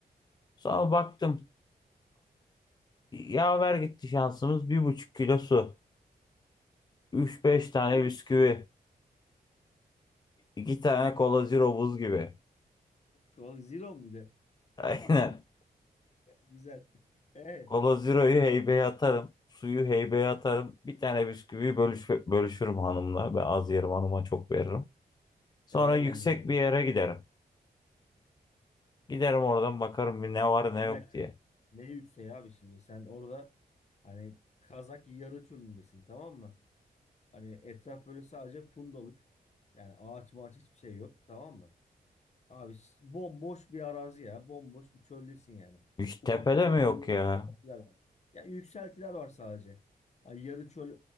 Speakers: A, on the left; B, on the left.
A: Sonra baktım. Yaver gitti şansımız. Bir buçuk kilo su. üç beş tane
B: Bir buçuk
A: bisküvi.
B: lira.
A: 2 tane cola zero buz gibi.
B: Kol zero mu bir de?
A: <laughs> Aynen.
B: Güzel. E,
A: cola zero'yu heybeye atarım. Suyu heybeye atarım. Bir tane bisküviyi bölüş bölüşürüm hanımla. Ben az yerim hanıma çok veririm. Sonra
B: helal
A: yüksek
B: lan bir adam.
A: bir yere giderim. Giderim oradan bakarım bir ne var ne
B: Bir
A: yok
B: dakika.
A: diye.
B: Ne yükseği abi şimdi? Sen orada hani Kazak yarı çölündesin tamam mı? Hani etraf böyle sadece fundalık. Yani ağaç mağaç hiçbir şey yok tamam mı? Abi s- bomboş bir arazi ya. Bomboş bir çöldesin yani.
A: Hiç
B: Ufak
A: tepede
B: tefek
A: mi yok
B: böyle yükseltiler
A: ya?
B: var. Ya yükseltiler var sadece. Hani yarı çöl